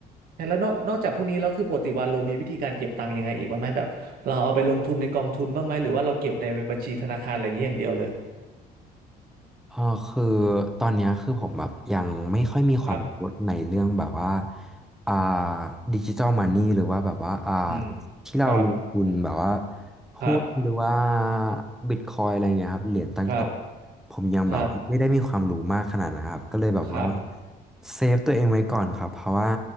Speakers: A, on the right (about 60°); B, in the centre.
A: แล้วนอกนอกจากพวกนี้แล้วคือปกติวาโลมีวิธีการเก็บตังค์ยังไงอีกบ้างไหมแบบเราเอาไปลงทุนในกองทุนบ้างไหมหรือว่าเราเก็บในบัญชีธนาคารอะไรอย่างนี้อย่างเดียวเลย
B: เออคือตอนเนี้ยคือผมแบบยังไม่ค่อยมีความรู้ในเรื่องแบบว่า
A: ครับ
B: อ่าดิจิ t a ลมันนี่หรือว่าแบบว่าอ่า
A: อืม
B: ที่เราลงทุนแบบว่า
A: ครับ
B: หุ้นหรือว่า
A: ครับ
B: บิตคอยอะไรเงี้ยครับเหรียญต่างๆผมยังแบบว่าไม่ได้มีความรู้มากขนาดนั้นครับก็เลยแบบว่า
A: ครับครับครับ
B: เซฟตัวเองไว้ก่อนครับเพราะว่า